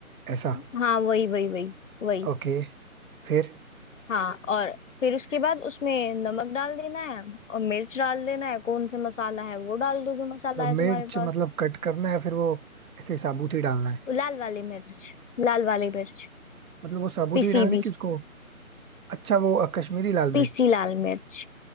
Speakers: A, on the right; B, on the left.
A: ऐसा
B: हाँ वही वही वही वही
A: ओके फिर
B: हाँ और फिर उसके बाद उसमें नमक डाल देना है और मिर्च डाल देना है कौन सा मसाला है वो डाल दो जो मसाला
A: तो मिर्च
B: है तुम्हारे पास
A: मतलब कट करना है फिर वो ऐसे साबुत ही डालना है
B: वो लाल वाली मिर्च लाल वाली मिर्च
A: मतलब वो साबुत
B: पिसी
A: ही डालने
B: हुई
A: की उसको अच्छा वो अ, कश्मीरी लाल
B: पिसी
A: मिर्च
B: लाल मिर्च